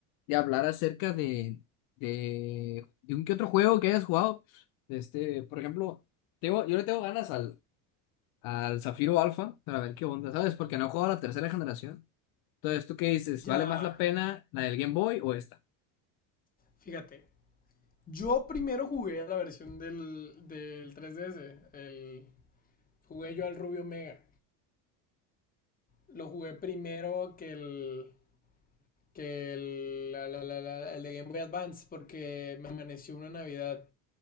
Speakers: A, on the left; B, on the left.
A: de hablar acerca de, de, de un que otro juego que hayas jugado. Este, por ejemplo, tengo, yo le tengo ganas al, al Zafiro Alpha para ver qué onda, ¿sabes? Porque no he jugado a la tercera generación. Entonces, ¿tú qué dices?
B: Ya.
A: ¿Vale más la pena la del Game Boy o esta?
B: Fíjate. Yo primero jugué a la versión del, del 3DS. El, jugué yo al Rubio Mega. Lo jugué primero que el. que el, la- la- la- la- el de Game Boy Advance, porque me amaneció una Navidad